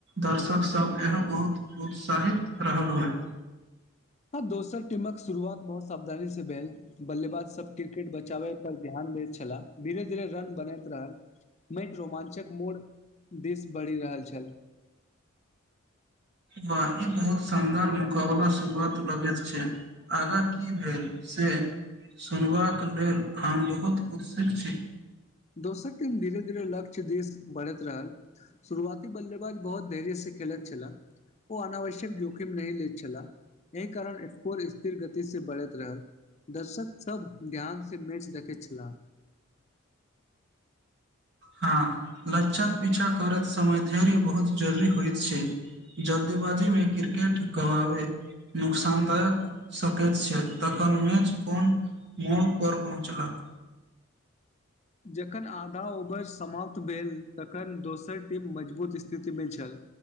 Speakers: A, on the right; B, on the left.
A: दर्शक सब यहाँ बहुत उत्साहित रहल होइत
B: <inaudible> हँ दोसर टिमक शुरुआत बहुत सावधानी से भेल बल्लेबाज सब क्रिकेट बचाबै पर ध्यान दैत छला धीरे धीरे रन बनैत रहल मेटि रोमांचक मोड दिस बढ़ि रहल छल
A: वा इ बहुत शानदार मुकाबला शुरुआत लगैत छै आगा की भेल से सुनबाक लेल हम बहुत उत्सुक छी
B: दोसक टिम धीरे धीरे लक्ष्य दिस बढ़ैत रहल शुरुआती बल्लेबाज बहुत घेर्य से खेलैत छला ओ अनावश्यक जोखिम नहि लैत छलाह एहि कारण स्कोर स्थिर गति से बढ़ैत रहल दर्शक सभ ध्यान से मैच देखैत छलाह
A: हँ लझ्यक पीछा करैत समय धैर्य बहुत जरूरी होइत छै जल्देबाजी में क्रिकेट गबावे नुोकसानदायक सकैत छै तखन मैच कोन मोड़पर पहुँचलक
B: जखन आधा ओवर समाप्त भेल तखन दोसर टीम मजबूत स्थितिमे छल